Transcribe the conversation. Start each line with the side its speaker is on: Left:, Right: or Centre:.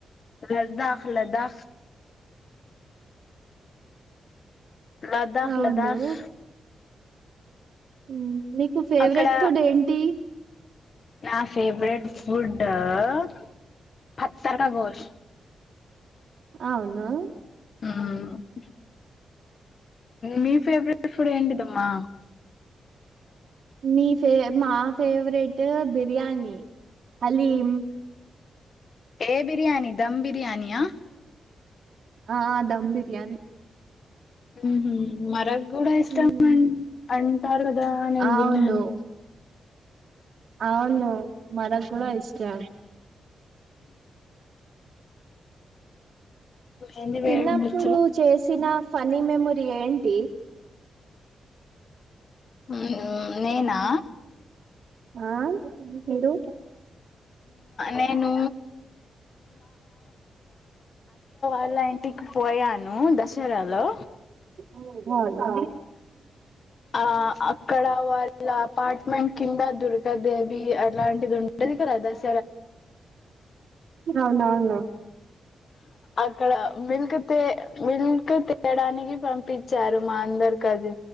Left: లడ్డఖ్ లడా లదాక్
Right: అవును
Left: లదాస్
Right: ఉమ్ నీకు ఫేవరెట్
Left: అక్కడ
Right: ఫుడ్ ఏంటి
Left: నా ఫేవరెట్ ఫుడ్ <unintelligible> గోష్
Right: అవునా
Left: ఉమ్ ఇగ మీ ఫేవరెట్ ఫుడ్ ఏంటిదమ్మా
Right: మీ ఫే మా ఫేవరెట్ బిర్యానీ హలీం
Left: ఏ బిర్యానీ దమ్ బిర్యానీ యా
Right: ఆ దమ్ బిర్యాని
Left: ఉహు మరగ్ గుడా ఇష్టా
Right: ఉమ్,
Left: మ అం టారుగదా నేన్
Right: అవును
Left: విన్నాను
Right: అవును మన గుడా ఇష్టం
Left: ఏంది
Right: తిన్నప్పుడు
Left: వేయడం వచ్చు
Right: చేసిన ఫన్ని మెమొరీ ఏంటి
Left: ఊ నేనా
Right: అ మీరు
Left: నేను అలా ఇంటికి పోయాను దసరాలో
Right: అవునా
Left: ఆ అక్కడ వాళ్ళ అపార్ట్మెంట్ కింద దుర్గాదేవి అట్లాంటిది ఉంట <unintelligible> డ్రెస్
Right: అవునవును
Left: అక్కడ మిల్క్ తే మిల్క్ తేయడానికి పంపించారు మా అందరకది